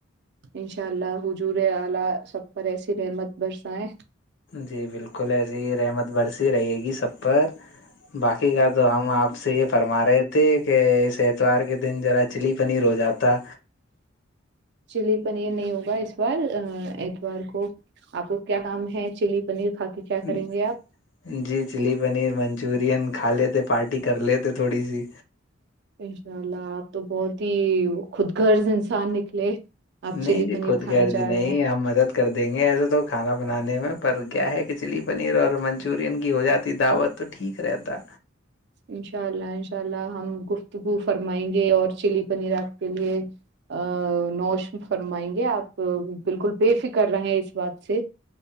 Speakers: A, on the right; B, on the left.
A: انشاء اللہ حجور اعلی سب پر ایسی رحمت برسائے
B: جی بالکل ایسیے ہی رحمت برسی رہے گی سب پر باقی کا تو ہم آپ سے یہ فرما رہے تھے کہ اس اتوار کے دن ذرا مچھلی پانی ر ہو جاتا
A: چلی پنیر نہیں ہوگا اس بار اتوار کو آپ کو کیا کام ہے چلی پنیر کھا کے کیا
B: جی
A: کریں
B: <unintelligible>
A: گے آپ
B: جی چلی پنیر منچورین کھا لیتے پارٹی کر لیتے تھوڑی سی
A: انشاء اللہ آپ تو بہت ہی خود گرض انسان نکلے آپ چلی
B: نہیں جی
A: پنیر
B: خود
A: کھانا
B: گارض
A: چاہ رہے
B: نہیں
A: ہیں
B: ہمپ مدد کر دیں گے ایسے تو کھانا بنانے میں پر کیا ہے کہ چلی پنیر اور منچورین کی ہو جاتی دعوت تو <unintelligible> <unintelligible> ٹھیک رہتا
A: انشاء اللہ انشاء اللہ ہم گفتگو فرمائیں گے اور چلی پنیر آپ کے لیے ا نوشن فرمائیں گے آپ بالکل بے فکر رہے اس بات سے